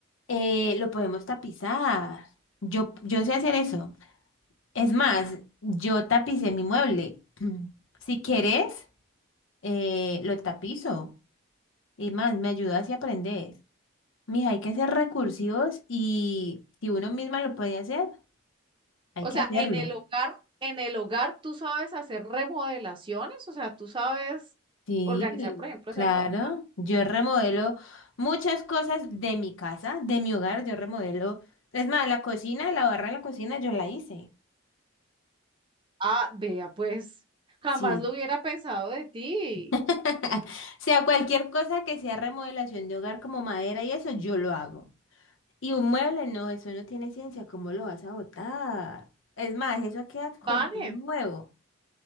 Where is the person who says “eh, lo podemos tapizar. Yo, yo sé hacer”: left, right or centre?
Left